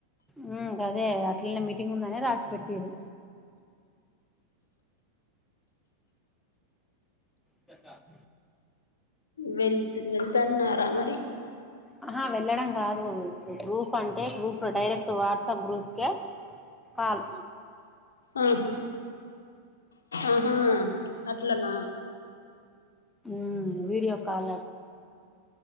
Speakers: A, in the centre; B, on the left.
A: ఉమ్ గదే అట్లనే మీటింగ్ ఉందనే రాసి పెట్టిరూ చెట్టా <unintelligible>
B: వెళ్త్ వెళ్తాన్నరా మరి?
A: ఆహా వెళ్ళడం గాదు ఇప్పుడు గ్రూప్ అంటే గ్రూప్ లో డైరెక్ట్ వాట్సాప్ గ్రూప్కే కాల్
B: ఊహు ఆహ, ఆహా. అట్లనా
A: ఉమ్ వీడియో కాల